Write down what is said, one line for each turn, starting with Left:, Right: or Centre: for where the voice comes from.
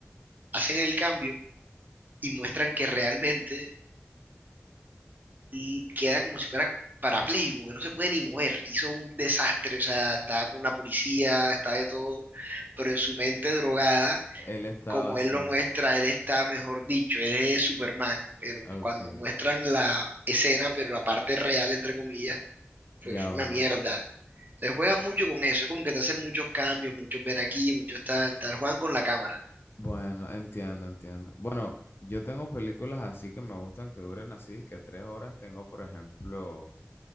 Right: hacen el cambio y muestran que realmente y queda como si fuera parapléjico, que no se puede ni mover. Hizo un desastre, o sea, está con la policía, está de todo, pero en su mente drogada,
Left: Él estaba
Right: como
Left: haciendo.
Right: él lo muestra, él está, mejor dicho, él es Superman, pero
Left: Ok,
Right: cuando muestran la escena, pero la parte real, entre comillas, fue,
Left: ya
Right: fue
Left: va.
Right: una mierda. Entonces juegan mucho con eso, es como que te hacen muchos cambios, muchos ven aquí, muchos tal, tal, juegan con la cámara.
Left: Bueno, entiendo, entiendo. Bueno, yo tengo películas así que me gustan que duren así, que tres horas. Tengo, por ejemplo,